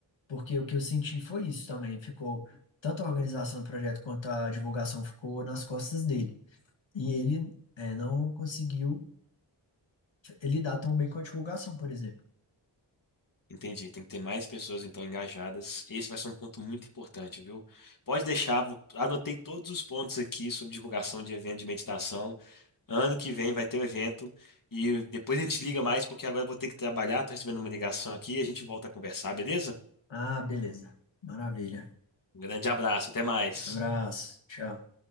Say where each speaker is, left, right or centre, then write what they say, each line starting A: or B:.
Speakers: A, on the left (about 75°); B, on the left (about 45°).
A: porque o que eu senti foi isso também, ficou tanto a organização do projeto quanto a divulgação ficou nas costas dele. E ele é, não conseguiu lidar tão bem com a divulgação, por exemplo.
B: Entendi, tem que ter mais pessoas então engajadas. Esse vai ser um ponto muito importante, viu? Pode deixar, vo- anotei todos os pontos aqui sobre divulgação de evento de meditação. Ano que vem vai ter o evento e depois a gente liga mais porque agora eu vou ter que trabalhar, tô recebendo uma ligação aqui e a gente volta a conversar, beleza?
A: Ah, beleza. Maravilha.
B: Um grande abraço, até mais.
A: Abraço. Tchau.